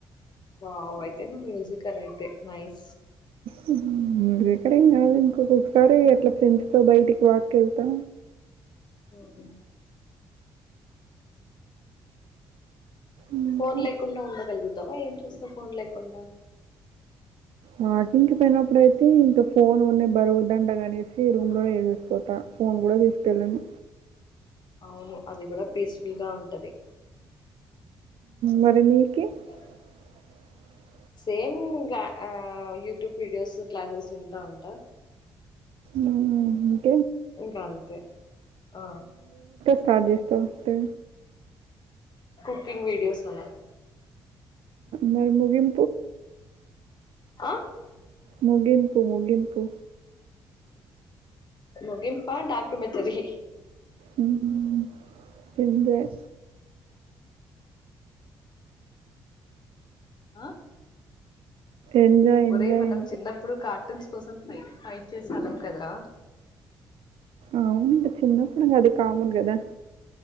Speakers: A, on the left; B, on the right.
A: వావ్ అయితే నువ్ మ్యూజికర్ అయితే నైస్
B: <unintelligible> రేం కాదు ఇంకొకొసారి అట్లా ఫ్రెండ్స్ తో బయటికి వాక్కేళ్తా
A: మ్
B: ఇంకా
A: ఫోన్ లేకుండా ఉండగలుగు తవా ఏం చేస్తావ్ ఫోన్ లేకుండా
B: వాకింగ్ కి పోయినప్పుడైతే ఇంకా ఫోన్ ఉన్న బరువుదండగా అనేసి రూమ్ లోనే వేసేసుపో అ ఫోన్ కూడా తీసుకెళ్ళను
A: అవును అది కూడా పీస్ఫుల్గా ఉంటది
B: మరిని
A: ఇ
B: <inaudible>
A: సేమ్ గా యూట్యూబ్ వీడియోస్ క్లాసెస్ వింటా ఉంటా
B: ఊ
A: ఇంక అంతే ఆ
B: స్టార్ట్ చేస్తవ్ కె
A: కుకింగ్ వీడియోస్ అలా
B: మరి ముగిం
A: ఆ
B: ముగింపు ముగింపు
A: ముగిింపా డాక్యుమెంటరి
B: హ్మ్. ఎంజాయ్.
A: ఆ
B: ఎంజాయ్,
A: ఉదయ్
B: ఎంజాయ్
A: మనం
B: అంటే
A: చిన్నప్పుడు కార్టూన్స్ కోసం ఫై ఫైట్ చేసేల్లం కదరా
B: అవును ఇంక చిన్నప్పుడు మడి అది కామన్ కదా